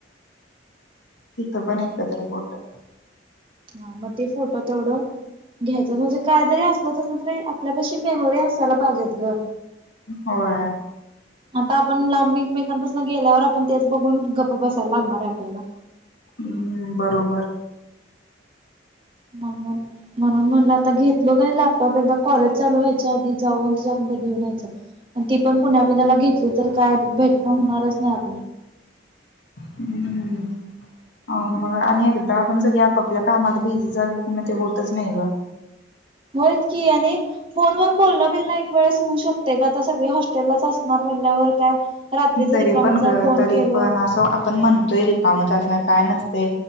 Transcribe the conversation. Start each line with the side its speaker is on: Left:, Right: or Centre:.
Left: तिथे पण एकत्र होतो.
Right: हा मग ते फोटो तेवढं. घ्यायचं म्हणजे काय तरी असलं तसलं तरी आपल्यापशी मेमोरी असायला पाहिजेत ग.
Left: होय
Right: आता आपण लांब एकमेकांपासून गेल्यावर आपण तेच बघून गप्प बसायला लागणार आहे आपल्याला.
Left: हम्म बरोबर.
Right: म्हणून म्हणून म्हणलं आता घेतलो का लॅपटॉप एकदा कॉलेज चालू व्हायच्या आधी जाऊन ज. घेऊन यायचं ती पण पुण्याला घेतली तर काय भेटन होणार नाही आपलं.
Left: हम्म
Right: हम्म
Left: अ मग आणि एकदा आपण सगळे आपापल्या कामात बिझी झालं कि ते होतच नाही ग.
Right: होयच की आणि फोनवर बोलण बिलण एक वेळेस होऊ शकते का आता सगळे हॉस्टेललाच असणार. बोलल्यावर काय. रात्रीच
Left: तरी
Right: रिकामच
Left: पण
Right: आहे
Left: ग
Right: फोन
Left: तरी
Right: केलो
Left: पण असं आपण म्हणतोय रिकामतं. काय नसते